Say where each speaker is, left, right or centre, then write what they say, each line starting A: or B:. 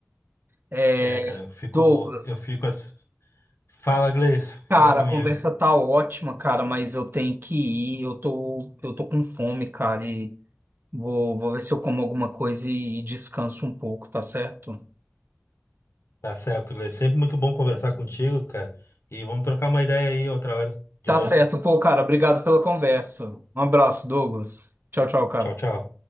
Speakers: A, on the right; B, on the left.
A: É,
B: É, cara, eu fico,
A: Douglas,
B: eu fico assim. Fala, Gleice,
A: cara,
B: fala comigo.
A: a conversa tá ótima, cara, mas eu tenho que ir, eu tô, eu tô com fome, cara, Vou, vou ver se eu como alguma coisa e, e descanso um pouco, tá certo?
B: Tá certo, Gleice. Sempre muito bom conversar contigo, cara. E vamos trocar uma ideia aí outra hora de
A: Tá
B: novo.
A: certo. Pô, cara, obrigado pela conversa. Um abraço, Douglas. Tchau, tchau, cara.
B: Tchau, tchau.